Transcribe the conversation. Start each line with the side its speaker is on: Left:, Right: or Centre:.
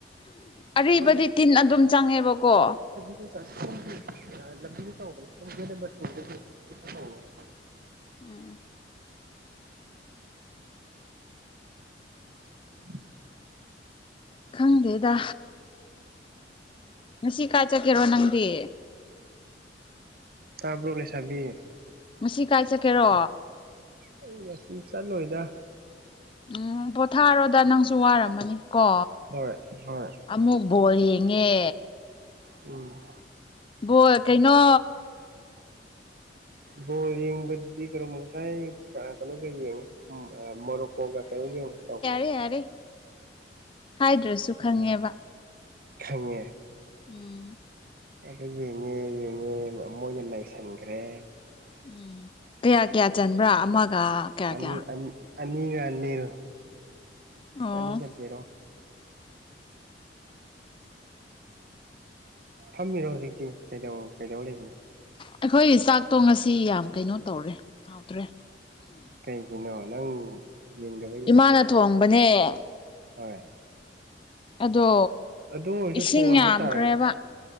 Left: ꯑꯔꯤꯕꯗꯤ
Right: ꯍꯣꯏ ꯁꯥꯔ
Left: ꯇꯤꯟ ꯑꯗꯨꯝ ꯆꯪꯉꯦꯕꯀꯣ
Right: <unintelligible> ꯂꯝꯕꯤꯗ ꯇꯧꯕꯅꯤ ꯁꯣꯝ ꯒꯦꯠ ꯅꯝꯕꯔ ꯇꯨꯒꯤ <unintelligible>
Left: ꯎꯝ
Right: <unintelligible>
Left: ꯈꯪꯗꯦꯗ ꯉꯁꯤ ꯀꯥꯏ ꯆꯠꯀꯦꯔꯣ ꯅꯪꯗꯤ
Right: ꯇꯥꯕ꯭ꯔꯣ ꯂꯩꯁꯥꯕꯤ
Left: ꯉꯁꯤ ꯀꯥꯏ ꯆꯠꯀꯦꯔꯣ
Right: ꯑꯩ ꯉꯁꯤ ꯆꯠꯂꯣꯏꯗ
Left: ꯎꯝ ꯄꯣꯊꯥꯔꯣꯗ ꯅꯪꯁꯨ ꯋꯥꯔꯝꯃꯅꯤ ꯀꯣ
Right: ꯍꯣꯏ ꯍꯣꯏ
Left: ꯑꯃꯨꯛ ꯕꯣꯜ ꯌꯦꯡꯉꯦ
Right: ꯎꯝ
Left: ꯕꯣꯜ ꯀꯩꯅꯣ
Right: ꯕꯣꯜ ꯌꯦꯡꯕꯗꯤ ꯀꯩꯔꯣꯝ ꯉꯁꯥꯏ ꯐ꯭ꯔꯥꯁ ꯀꯅꯣ ꯒ ꯌꯦꯡꯉꯦ <unintelligible> ꯃꯣꯔꯣꯀꯣ ꯒ ꯀꯩꯅꯣꯒ ꯌꯦꯡ ꯇꯕꯗꯣ
Left: ꯌꯥꯔꯤ ꯍꯥꯏꯗ꯭ꯔꯁꯨ ꯈꯪꯉꯦꯕ
Right: ꯈꯪꯉꯦ
Left: ꯎꯝ
Right: ꯑꯩꯁꯩ ꯌꯦꯡꯉꯦ ꯌꯦꯡꯉꯦ ꯃꯣꯏꯅ ꯅꯩꯁꯟꯈ꯭ꯔꯦ
Left: ꯎꯝ ꯀꯌꯥ ꯀꯌꯥ ꯆꯟꯕ꯭ꯔꯥ ꯑꯃꯒ ꯀꯌꯥ
Right: ꯑꯅꯤ
Left: ꯀꯌꯥ
Right: ꯑꯅꯤ ꯑꯅꯤꯔ ꯑꯅꯤꯔ
Left: ꯑꯣ
Right: ꯑꯅꯤꯔꯛ ꯖꯦꯔꯣ ꯐꯝꯃꯤꯔꯣ ꯍꯧꯖꯤꯛꯇꯤ ꯀꯩꯗ ꯀꯩꯗꯧ ꯂꯩꯕꯅꯣ
Left: ꯑꯩꯈꯣꯏꯒꯤ ꯆꯥꯛꯇꯣ ꯉꯁꯤ ꯌꯥꯝ ꯀꯩꯅꯣ ꯇꯧꯔꯦ ꯍꯥꯎꯇ꯭ꯔꯦ
Right: ꯀꯩꯒꯤꯅꯣ ꯅꯪ ꯌꯦꯡꯗꯕꯒꯤꯔꯣ
Left: ꯏꯃꯥꯅ ꯊꯣꯡꯕꯅꯦ
Right: ꯍꯣꯏ
Left: ꯑꯗꯣ
Right: ꯑꯗꯨ ꯑꯣꯏꯔꯁꯨ
Left: ꯏꯁꯤꯡ
Right: ꯊꯣꯡꯉꯝꯕ
Left: ꯌꯥꯝꯈ꯭ꯔꯦꯕ
Right: ꯇꯥꯔꯒ